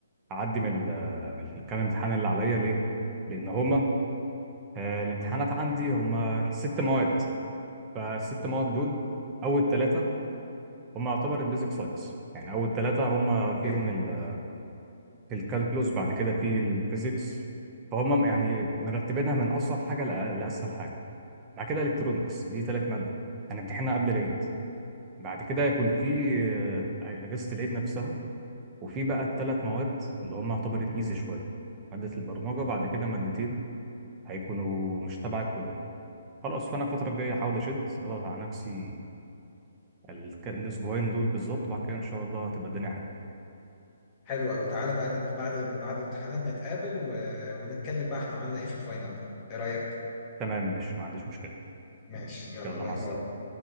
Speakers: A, on the right; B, on the left.
A: اعدي من ال- من الكام امتحان اللي عليا ليه لان هما آه، الامتحانات عندي هما ست مواد فالست مواد دول اول ثلاثه هما يعتبر البيزك ساينس يعني اول ثلاثه هما
B: اوكي
A: فيهم ال- الكالكولوس بعد كده في الفيزيكس فهم يعني مرتبينها من اصعب حاجه لأ- لاسهل حاجه بعد كده الكترونكس دي ثلاث ماده هنمتحنها قبل العيد بعد كده يكون في آه، أجازة العيد نفسها وفي بقى الثلاث مواد اللي هم يعتبر الإيزي شوية مادة البرمجة بعد كده مادتين هيكونوا مش تبع الكلية خلاص فأنا الفترة الجاية أحاول أشد أضغط على نفسي الك- الأسبوعين دول بالظبط وبعد كده إن شاء الله تبقى الدنيا حلوة
B: حلو قوي تعالى بقى نت... بعد بعد الامتحانات نتقابل و... ونتكلم بقى احنا عملنا ايه في الفاينل بقى ايه رأيك؟
A: تمام ماشي ما عنديش مشكلة
B: ماشي
A: ماشي
B: يلا
A: يلا
B: باي
A: مع السلامة
B: باي